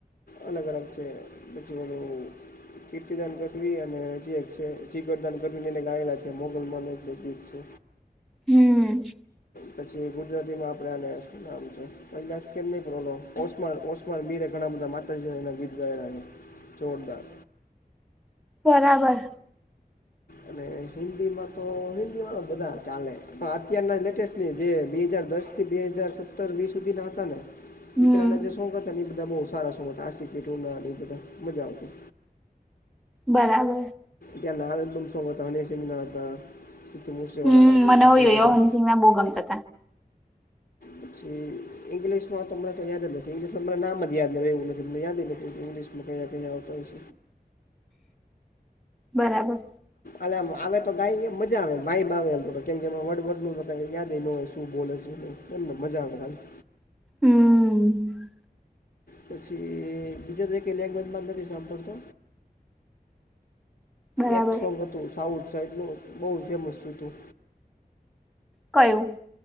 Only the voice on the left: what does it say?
અલગ અલગ છે પછી ઓલું કીર્તિદાન ગઢવી અને હજી એક છે જીગરદાન ગઢવી એને ગાયલા છે મોગલમાં ને એક ગીત છે.
પછી ગુજરાતીમાં આપડે આને શું નામ છે? <unintelligible> ઓસમાણ ઓસ બીરે કણા બધા માતાજીના ગીત ગાયલા છે, જોરદાર.
અને હિન્દીમાં તો હિન્દીમાં તો બધા ચાલે પણ અત્યારના લેટેસ્ટ ની જે બે હજાર દસ થી બે હજાર સત્તર વીસ સુધી ના હતા ને
એકલાના જે સોંગ હતા બધા બહું સારા સોંગ હતા આ સીપી રૂના બધા મજા આવતી
ત્યા ના લ્બમ સોંગ હતા અને હની સિંગ ના હતા સિદ્ધુ મૂસેવાલાના
છે
એ બધા
પછી ઇંગ્લિશમાં તો મને યાદ જ નથી ઇંગ્લિશમાં મને નામ જ યાદ રહે એવું નથી મને યાદ જ નથી ઇંગ્લિસ મે અહીંયા આવતા હોય શું
આમ આવે તો ગાઈ મજા આવે વાઈબ આવે એમ કેમ કે વડ વડ નુ યાદ એ ન હોય શું બોલે એમને મજા આવે ખાલી
પછી બીજા તો એકે લેન્ગવેજમાં નથી સાંભળતો
એક સોંગ હતું સાઉથ સાઈડનું બહુ ફેમસ હતું